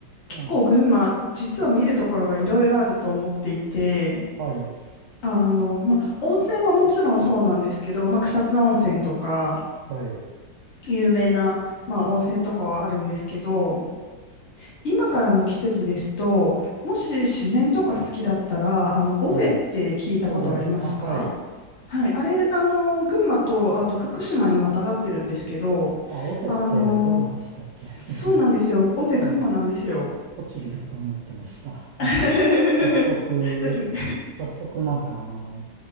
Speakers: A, on the left; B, on the right.
A: 結構群馬実は見るところがいろいろあると思っていて。
B: なんか、はい。
A: あの、まあ、温泉はもちろんそうなんですけど、まあ、草津温泉とか
B: はい。
A: 有名な、まあ、温泉とかはあるんですけど今からの季節ですともし自然とか好きだったらあの尾瀬って聞いたことありますか
B: はい。尾瀬。あ、はい。
A: はい、あれ、あの、群馬と、あと福島にまたがってるんですけど、
B: あ、尾瀬って群馬でしたっけ
A: あの、そうなんですよ。
B: <laughs>
A: 尾瀬群馬なんですよ。
B: はい。栃木だと思ってました。あの、
A: <laughs>
B: 早速、
A: そうですね。
B: 早速なんかあの、